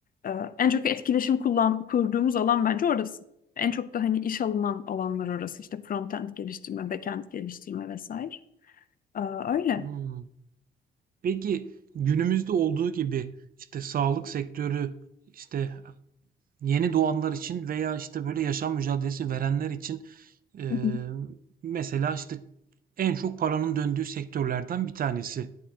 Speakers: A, on the left (about 45°); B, on the right (about 45°).
A: e, en çok etkileşim kullan kurduğumuz alan bence orası. En çok da hani iş alınan alanlar orası işte frontend geliştirme, backend geliştirme vesaire. E, öyle.
B: Hmm. Peki günümüzde olduğu gibi işte sağlık sektörü işte yeni doğanlar için veya işte böyle yaşam mücadelesi verenler için eee,
A: Hı hı.
B: mesela işte en çok paranın döndüğü sektörlerden bir tanesi.